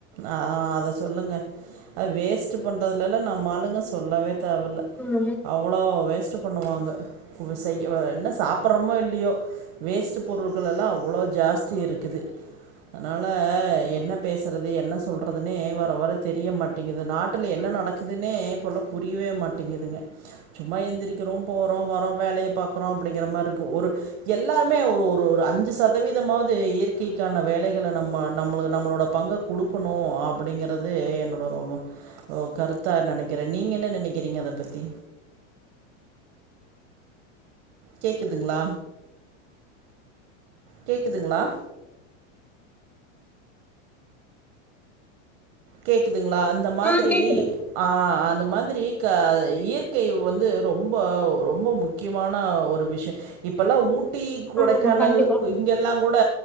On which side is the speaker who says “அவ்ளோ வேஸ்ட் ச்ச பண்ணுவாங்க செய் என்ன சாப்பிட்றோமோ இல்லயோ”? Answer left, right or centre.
Right